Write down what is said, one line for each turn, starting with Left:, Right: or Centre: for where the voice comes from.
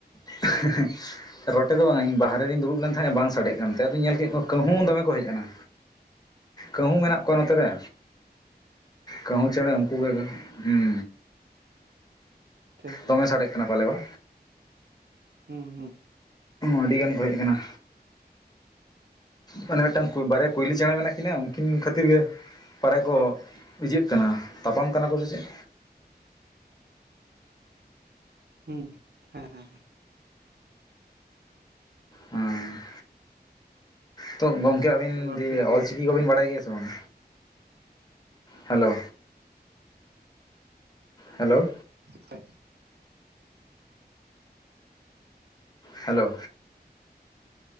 Left: ᱦᱮ ᱦᱮ ᱻᱨᱚᱴᱮ ᱫᱚ ᱵᱟᱝᱼᱟ ᱤᱧ ᱵᱟᱦᱨᱮ ᱨᱤᱧ ᱫᱩᱲᱩᱵ ᱞᱮᱱ ᱛᱟᱦᱮ ᱵᱟᱝ ᱥᱟᱰᱮᱜ ᱠᱟᱱ ᱛᱮ ᱟᱫᱩᱧ ᱧᱮᱞ ᱠᱮᱜ ᱠᱚ ᱠᱟᱹᱦᱩ ᱫᱚᱢᱮ ᱠᱚ ᱦᱮᱡ ᱮᱱᱟ ᱠᱟᱹᱦᱩ ᱢᱮᱱᱟᱜ ᱠᱚᱣᱟ ᱱᱚᱛᱮ ᱨᱮ ᱠᱟᱹᱦᱩ ᱪᱮᱸᱬᱮ ᱩᱱᱠᱩ ᱜᱮ ᱦᱩᱸ
Right: ᱴᱷᱤᱠ
Left: ᱫᱚᱢᱮ ᱥᱟᱰᱮᱜ ᱠᱟᱱᱟ ᱯᱟᱞᱮ ᱵᱟ
Right: ᱦᱩᱸ ᱦᱩᱸ
Left: ᱟᱹᱰᱤ ᱜᱟᱱ ᱠᱚ ᱦᱮᱡ ᱟᱠᱟᱱᱟ᱾ ᱢᱟᱱᱮ ᱢᱤᱫᱴᱟᱝ ᱵᱟᱨᱭᱟ ᱠᱩᱭᱞᱤ ᱪᱮᱸᱬᱮ ᱢᱮᱱᱟᱜ ᱠᱤᱱᱟ ᱩᱱᱠᱤᱱ ᱠᱷᱟᱹᱛᱤᱨ ᱜᱮ ᱯᱟᱨᱮ ᱠᱚ ᱤᱡᱟᱹᱜ ᱠᱟᱱᱟ ᱛᱟᱯᱟᱢ ᱠᱟᱱᱟ ᱠᱚ ᱥᱮ ᱪᱮᱫ
Right: ᱦᱩᱸ ᱦᱮᱸ ᱦᱮᱸ ᱦᱮᱸ
Left: ᱦᱮᱸ ᱛᱚ ᱜᱚᱝᱠᱮ ᱟᱵᱤᱱ
Right: ᱪᱚᱞᱚ
Left: ᱫᱤᱭᱮ
Right: ᱴᱷᱤᱠ ᱜᱮᱭᱟ
Left: ᱚᱞᱪᱤᱠᱤ ᱠᱚᱵᱤᱱ ᱵᱟᱲᱟᱭ ᱜᱮᱭᱟ ᱥᱮ ᱵᱟᱝ ᱦᱮᱞᱳ ᱦᱮᱞᱳᱣ
Right: ᱦᱳᱭ
Left: ᱦᱮᱞᱳ